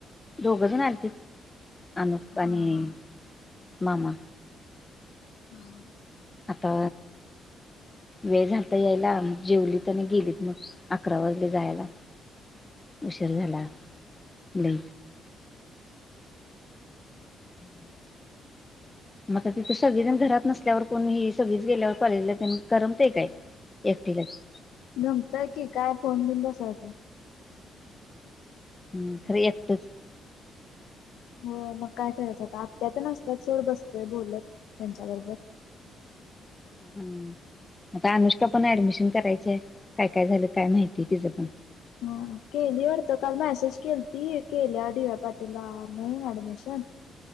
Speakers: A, on the left (about 20°); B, on the left (about 80°).
A: दोघंजण आणतील अमप
B: हा
A: आणि
B: हा
A: मामा
B: हा
A: आता वेळ झाल ता यायला मग जेवलीत आणि गेलीत मग अकरा वाजले जायला उशीर झाल्ता लय हम्म मग तिथे सगळीजण घरात नसल्यावर कोणीही सगळीच गेल्यावर कॉलेजला करमते काय एक ठठीकच
B: गमतय कि काय फोन घेऊन बसायचा
A: हम् खरी एकटच
B: हो मग काय करायचं आता आत्या तेन अ सतात सो ड बसतोय बोलत त्यांच्या बरोबर
A: हम्म आता अनुष्का पण ऍडमिशन करायच आहे काय काय झालं काय माहितीय तिचं पण
B: हा केली वरत काल मॅसेज केली ती केल्या व्या पाटीलला म्हणून ऍडमिशन